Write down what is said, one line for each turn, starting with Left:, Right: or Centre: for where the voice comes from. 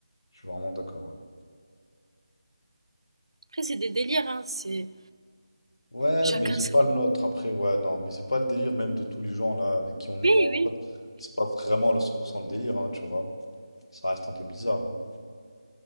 Left: je suis vraiment d'accord. Ouais.
Right: Après, c'est des délires, hein, c'est
Left: Ouais,
Right: chacun
Left: mais c'est
Right: sa...
Left: pas le nôtre. Après, ouais, non, mais c'est pas le délire même de tous les gens là avec qui on est
Right: Oui,
Left: vraiment
Right: oui.
Left: potes. C'est pas vraiment le 100% le délire, hein, tu vois. Ça reste un peu bizarre. hein.